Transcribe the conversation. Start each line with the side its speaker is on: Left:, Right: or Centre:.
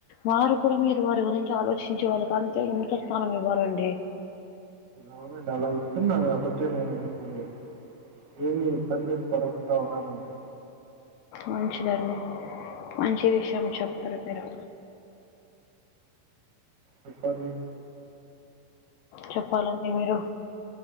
Left: వారు కూడ మీరు వారి గురించి ఆలోచించే వాళ్ళకి అంతే ఉన్త స్థానం ఇవ్వాలండి
Right: అవునండి అలా ఇస్తున్నాన్ కాబట్టె నేను ఇప్పుడు ఏమి ఇబ్బందిల్ పడకుంట ఉన్నామండి
Left: మంచిదండి మంచి విషయామే చెప్పిరు మిరు
Right: చెప్పాలి
Left: చెప్పాలండి మీరు